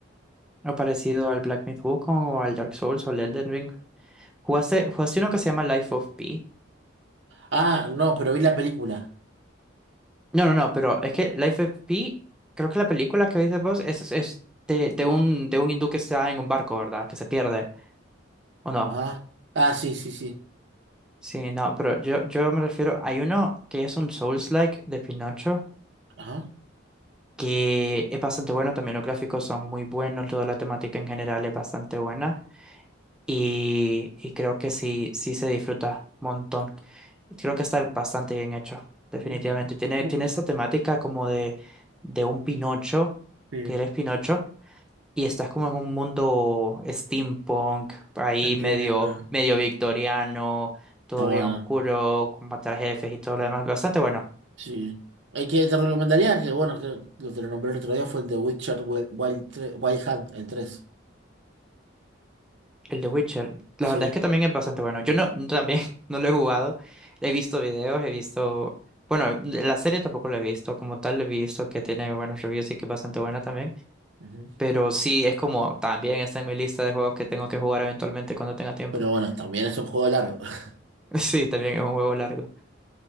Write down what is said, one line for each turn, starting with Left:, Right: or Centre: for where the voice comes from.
Centre: ¿O parecido al Black Myth Wukong o al Dark Souls o al Elden Ring? ¿Jugaste, jugaste uno que se llama Life of Pi?
Right: Ah, no, pero vi la película.
Centre: No, no, no, pero es que Life of Pi, creo que la película que viste vos es, es de, de un, de un hindú que está en un barco, ¿verdad? Que se pierde, ¿o no?
Right: Ajá. Ah, sí, sí, sí.
Centre: Sí, no, pero yo, yo me refiero, hay uno que es un Souls-like de Pinocho,
Right: Ajá.
Centre: que es bastante bueno, también los gráficos son muy buenos, toda la temática en general es bastante buena y, y creo que sí, sí se disfruta un montón. Creo que está bastante bien hecho, definitivamente.
Right: Mm,
Centre: Tiene,
Right: no,
Centre: tiene esa temática como de, de un Pinocho,
Right: Sí,
Centre: que eres Pinocho y estás como en un mundo steampunk, ahí
Right: entiendo.
Centre: medio, medio victoriano, todo
Right: Está bueno.
Centre: bien oscuro, con matar jefes y todo lo demás. Bastante bueno.
Right: Sí. El que te recomendaría, que bueno, que lo te lo nombré el otro día, fue el de Witcher Wild, Wild, tre- Wild Hunt, el tres
Centre: El de Witcher,
Right: Sí.
Centre: la verdad es que también es bastante bueno. Yo no, no- también <laughs> no lo he jugado. He visto videos, he visto. Bueno, la serie tampoco la he visto. Como tal, he visto que tiene buenos reviews y que es bastante buena también.
Right: Ujú.
Centre: Pero sí, es como también está en mi lista de juegos que tengo que jugar eventualmente cuando tenga tiempo.
Right: Pero bueno,
Centre: <laughs>
Right: también es un juego largo. <laughs>
Centre: Sí, también es un juego largo.